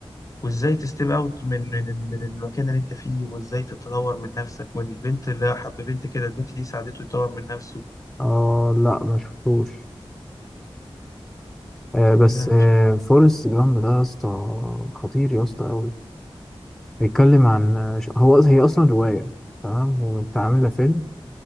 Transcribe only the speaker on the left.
وازاي تستيب اوت من من من المكان اللي انت فيه وازاي تتطور من نفسك والبنت اللي حب بنت كده البنت دي ساعدته يطور من نفسه
لا
مش عارف